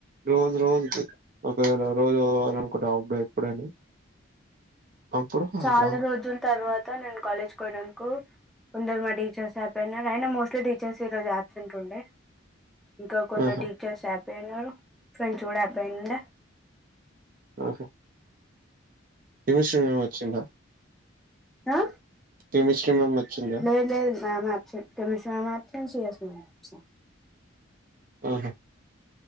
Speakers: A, on the right (about 45°); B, in the centre.
A: రోజు రోజు కు ఒకవేళ రోజు పోవాలనుకుంటం అప్ ఎప్పుడైనా అప్పుడు
B: చాలా
A: అట్లా
B: రోజుల తర్వాత నేను కాలేజ్ పోయినందకు కొందరు మ టీచర్స్ హ్యాపీ అయినారు అయినా మోస్ట్లీ టీచర్స్ ఈ రోజు ఆబ్సెంట్ ఉండే ఇంకా కొందర్
A: ఆహా
B: టీచర్స్ యాప్ పోయినారు ఫ్రెండ్స్ కూడా అపోయిండ
A: ఆహా కెమిస్ట్రీ మామ్ వచ్చిందా
B: ఆ
A: కెమిస్ట్రీ మ్యామ్ వచ్చిందా
B: లేద్ లేద్ ఆమె ఆబ్సెంట్ కెమిస్ట్రీ ఆమె అబ్ C S C ma'am absent
A: అహా